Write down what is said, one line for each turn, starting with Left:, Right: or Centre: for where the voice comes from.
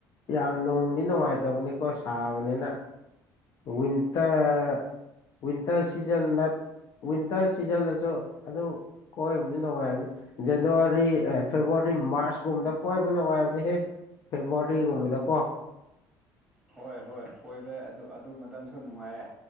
Left: ꯌꯥꯝ ꯅꯣꯡꯒꯤ ꯅꯨꯡꯉꯥꯏꯇꯕꯅꯤꯀꯣ ꯁꯥꯕꯅꯤꯅ ꯋꯤꯟꯇꯔ ꯋꯤꯟꯇꯔ ꯁꯤꯖꯟ ꯅꯠꯇ ꯋꯤꯟꯇꯔ ꯁꯤꯖꯟꯗꯁꯨ ꯑꯗꯨꯝ ꯀꯣꯏꯕꯗꯤ ꯅꯨꯡꯉꯥꯏ ꯍꯥꯏꯕꯅꯤ ꯖꯅꯋꯥꯔꯤ ꯐꯦꯕꯋꯥꯔꯤ ꯃꯥꯔꯁꯀꯨꯝꯕꯗ ꯀꯣꯏꯕ ꯅꯨꯡꯉꯥꯏꯕꯅꯤꯍꯦ ꯐꯦꯕ꯭ꯔꯋꯥꯔꯤꯒꯨꯝꯕꯗ ꯀꯣ
Centre: ꯍꯣꯏ ꯍꯣꯏ ꯀꯣꯏꯕꯩ ꯑꯗꯨ ꯑꯗꯨ ꯃꯇꯝꯁꯨ ꯅꯨꯡꯉꯥꯏꯌꯦꯦ